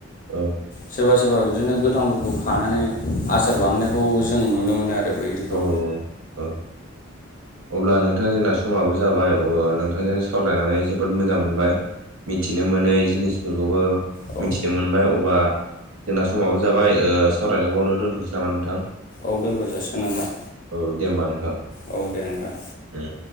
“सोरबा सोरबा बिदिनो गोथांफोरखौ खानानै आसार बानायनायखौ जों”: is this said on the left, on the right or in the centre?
Left